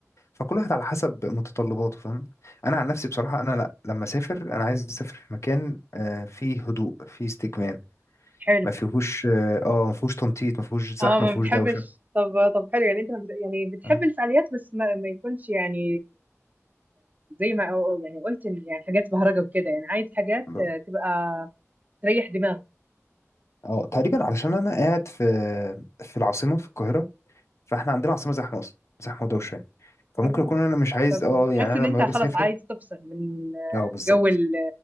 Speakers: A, on the left; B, on the right.
A: فكل واحد على حسب متطلباته فاهم انا عن نفسي بصراحه انا لا لما اسافر انا عايز اسافر في مكان آه، فيه هدوء فيه استجمام
B: حلو
A: ما فيهوش اه آه، ما فيهوش تنطيط ما فيهوش زحمه
B: اه ما
A: ما فيهوش
B: بتحبش
A: دوشه
B: طب طب حلو يعني انت ما بت... يعني بتحب
A: اه
B: الفعاليات بس ما, ما يكونش يعني زي ما أو- يعني قلت إن يعني حاجات بهرجه وكده يعني عايز حاجات
A: ب-
B: آه، تبقى تريح دماغك
A: آه، تقريبا علشان انا قاعد في في العاصمه في القاهره فاحنا عندنا عاصمه زحمه اصلا زحمه ودوشه يعني فممكن
B: ايوه
A: اكون انا مش عايز
B: فبتحس
A: اه يعني انا
B: ان انت
A: لما باجي
B: خلاص
A: اسافر
B: عايز تفصل من آه،
A: اه بالظبط
B: جو ال...